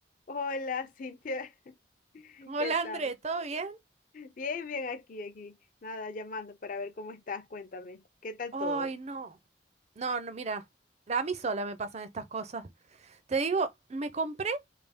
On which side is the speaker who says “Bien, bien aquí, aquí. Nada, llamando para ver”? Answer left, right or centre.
Left